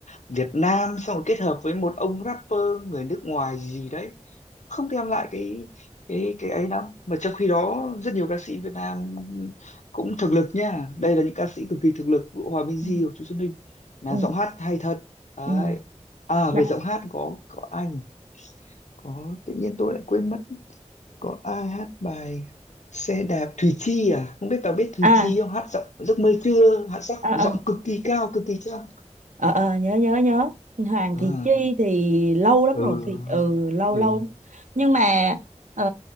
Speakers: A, on the left (about 70°); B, on the right (about 85°).
A: Việt Nam xong rồi kết hợp với một ông rapper người nước ngoài gì đấy, không đem lại cái cái cái ấy lắm. Mà trong khi đó rất nhiều ca sĩ Việt Nam cũng thực lực nha. Đây là những ca sĩ cực kỳ thực lực, Vũ Hòa Minh Di
B: Ừ.
A: và Chú Xuân Ninh là
B: Ừ.
A: giọng hát hay thật. Đấy.
B: Ừ.
A: À
B: Nè,
A: về giọng hát có có ai nhỉ? Có tự nhiên tôi lại quên mất có ai hát bài xe đạp Thùy Chi à không biết bà biết Thùy
B: À,
A: Chi không hát giọng giấc mơ trưa hát giọng
B: à,
A: giọng
B: à,
A: cực kỳ cao cực kỳ trong
B: à, à, nhớ nhớ nhớ Hoàng
A: à,
B: thị Chi thì lâu lắm
A: ừ
B: rồi thì ừ lâu
A: ừ,
B: lâu nhưng mà ờ,